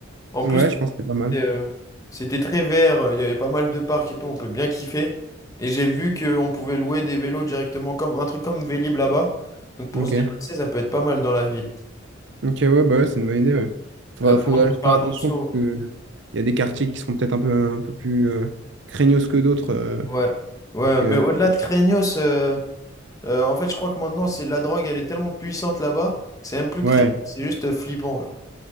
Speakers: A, on the left; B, on the right.
A: En plus,
B: Ouais, je pense que c'est pas mal.
A: c'était euh, c'était très vert, euh, il y avait pas mal de parcs et tout, on peut bien kiffer. Et j'ai vu qu'on pouvait louer des vélos directement, comme un truc comme Vélib là-bas. Donc pour
B: Ok.
A: se déplacer, ça peut être pas mal dans la ville.
B: Ok, ouais, bah ouais, c'est une bonne idée. Ouais. Faudra,
A: Euh, par
B: faudra
A: contre, faut
B: juste
A: faire
B: faire
A: attention.
B: attention parce que il y a des quartiers qui seront peut-être un peu, un peu plus euh, craignos que d'autres. euh,
A: Ouais, ouais,
B: et que...
A: mais au-delà de Craignos, euh, euh, en fait, je crois que maintenant, c'est la drogue, elle est tellement puissante là-bas que c'est même plus
B: Ouais,
A: Craignos, c'est juste flippant, genre.